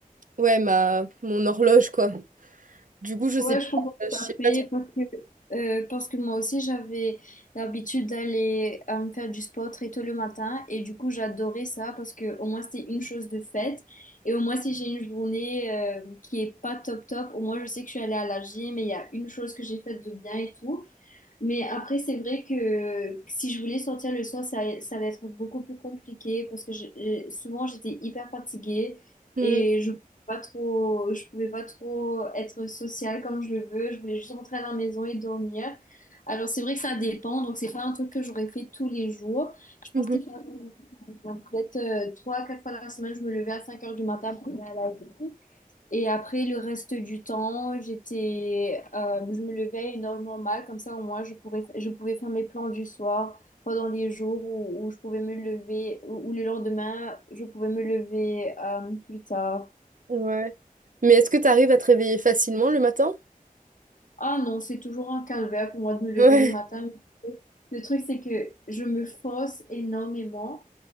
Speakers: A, on the right; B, on the left.
A: ouais, ma, mon horloge, quoi. Du coup, je
B: Ouais,
A: sais
B: je comprends
A: pas, je
B: tout
A: sais
B: à
A: pas
B: fait parce que, euh, parce que moi aussi j'avais l'habitude d'aller euh, me faire du sport très tôt le matin et du coup j'adorais ça parce que au moins c'est une chose de faite et au moins si j'ai une journée euh, qui est pas top top, au moins je sais que je suis allée à la gym et il y a une chose que j'ai faite de bien et tout. Mais après, c'est vrai que si je voulais sortir le soir, ça, ça allait être beaucoup plus compliqué parce que je- je- souvent j'étais hyper fatiguée
A: Mhm.
B: et je pouvais pas trop, je pouvais pas trop être sociale comme je le veux. Je voulais juste rentrer à la maison et dormir. Alors c'est vrai que ça dépend, donc c'est pas un truc que j'aurais fait tous les jours. Je pense
A: Mhm.
B: qu'il faut attendre. Donc, peut-être euh, trois à quatre fois la semaine, je me levais à 5 heures du matin pour aller à la et après, le reste du temps, j'étais, euh, je me levais énormément mal, comme ça au moins je pourrais, je pouvais faire mes plans du soir pendant les jours où, où je pouvais me lever, ou, ou le lendemain, je pouvais me lever euh, plus tard.
A: Ouais. Mais est-ce que tu arrives à te réveiller facilement le matin?
B: Ah non, c'est toujours un calvaire pour moi de me lever
A: Ouais.
B: le matin. Le truc, c'est que je me force énormément.